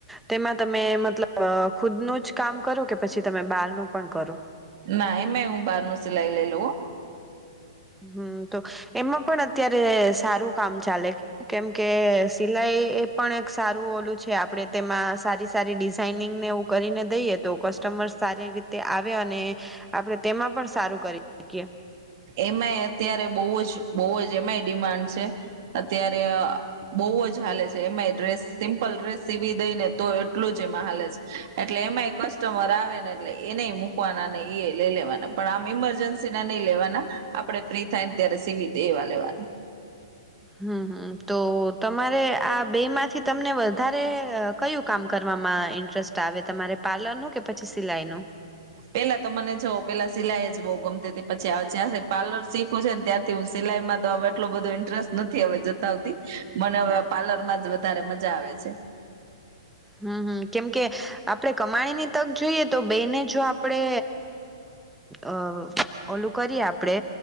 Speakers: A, in the centre; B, on the right.
A: તેમાં તમે મતલબ ખુદનું જ કામ કરો કે, પછી તમે બારનું પણ કરો?
B: ના એમે હું બહાર નું સિલાઈ લઈ લઉ હો.
A: હમ તો એમાં પણ, અત્યારે સારું કામ ચાલે. કેમકે સિલાઈ એ પણ એક સારું ઓલું છે. આપણે તેમાં સારી સારી ડિઝાઈનિંગને એવું કરીને દઈએ, તો કસ્ટમર સારી રીતે આવે અને આપણેે તેમાં પણ સારું કરી શકીએ.
B: એમાંય અત્યારે બહુ જ બહુ જ એમાંય ડિમાન્ડ છે. અત્યારે બહુ જ હાલે છે. એમાંય ડ્રેસ, સિમ્પલ ડ્રેસ સીવી દઈ ને તો એટલું જ એમાં હાલે છે. એટલે એમાંય કસ્ટમર આવે ને, એટલે એનેય મૂકવાના નય ઈએ લય લેવાના પણ આમ ઇમરજન્સીના નહી લેવાના, આપડે ફ્રી થાયને ત્યારે સીવી દે એવા લેવાના.
A: હમ હમ તો તમારે આ બે માંથી તમને વધારે કયું કામ કરવામાં ઇન્ટરેસ્ટ આવે, તમારે પાર્લરનું કે પછી સિલાઈનું?
B: પેલા તો મને જો પેલા સિલાઈ જ બઉુ ગમતી હતી. પછી જંયારથી પાર્લર શીખ્યુઃ છે ને ત્યારથી સિલાઈમાં તો હ એટલોું બધો ઇન્ટરેસ્ટ નથી હ જતાવતી મને હવે પાર્લર માં જ વધારે મજા આવે છે.
A: હમ હમ કેમકે આપણેે કમાણીની તક જોઈએ તો બેય ને જો આપડે અઅ ઓલું કરીએ આપડણે